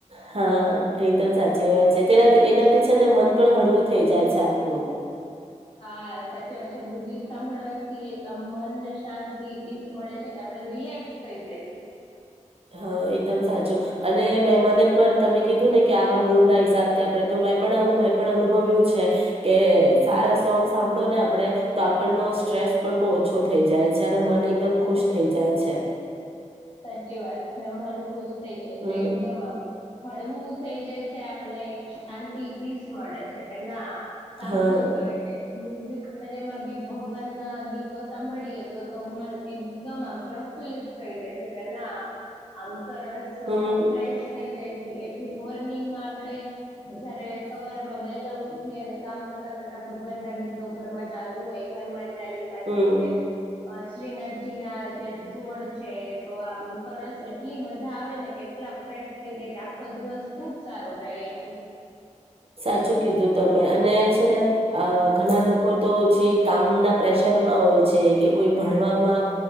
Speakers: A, on the right (about 50°); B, on the left (about 45°).
A: હા, એકદમ સાચી વાત છે. તેના એનાથી છે ને મન પણ હળવું થઈ જાય છે આપનું.
B: હા, સાચી વાત છે. મ્યુઝિક સાંભળવાથી એક આમ મનને શાંતિ પીસ મળે છે કે આપડે રિલેક્સ થઇ જાય છે.
A: હા, એકદમ સાચું અને મે મને પણ તમે કીધું ને કે આવા મૂડ ના હિસાબથી આપડે તો મે પણ આવું મે પણ અનુભવ્યું છે કે સારા સોંગ સાંભળો ને આપડે તો આપણનો સ્ટ્રેસ પણ બહુ ઓછો થઈ જાય છે અને મન એકદમ ખુશ થઈ જાય છે.
B: સાચી વાત છે. મન ખુશ થઈ જાય
A: હમ્મ.
B: છે એકદમ આમ. હળવું થઇ જાય છે આપણે શાંતિ પીસ મળે છે કે ના સાંભળવું
A: હા.
B: જો એલે મ્યુઝિક ગા અને મન ભી ભગવાન ના બી તો સાંભળીએ તો તો મન એકદમ આમ પ્રફુલ્લિત થઈ જ કેના આમ સર રસ
A: હમ્મ.
B: ફ્રેશ થઈ જાય છે એ મોર્નિંગમાં આપડે, જયારે સવારમાં વેલા ઉઠ અને કામ કરતા કરતા ભગવાનના ગીતો ઘરમાં ચાલુ હોય હનુમાન ચાલીસા
A: હમ્મ.
B: છે કે અ શ્રીનાથજી ના જે ધોડ છે તો આમ સરસ એટલી મજા આવે ને કે એટલા ફ થઈ જાય કે આખો દિવસ ખુબ સારો થાય એમ.
A: સાચું કીધું તમે અને ને અ, ઘણા લોકો તો જે કામના પ્રેશરમાં હોય છે કે કોઈ ભણવામાં